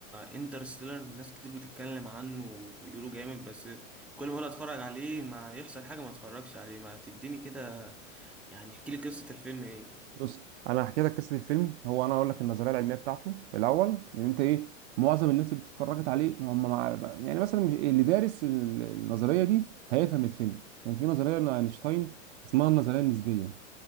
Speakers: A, in the centre; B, on the right.
A: انترستيلر ناس كتير بتتكلم عنه ويقولوا جامد بس كل ما اقول اتفرج عليه ما يحصل حاجه ما اتفرجش عليه ما تديني كده يعني احكي لي قصه الفيلم ايه
B: بص انا هحكي لك قصه الفيلم هو انا اقول لك النظريه العلميه بتاعته الاول ان انت ايه معظم الناس اللي اتفرجت عليه هم مع... يعني مثلا مش اللي دارس ال- النظريه دي هيفهم الفيلم كان في نظريه لاينشتاين اسمها النظريه النسبيه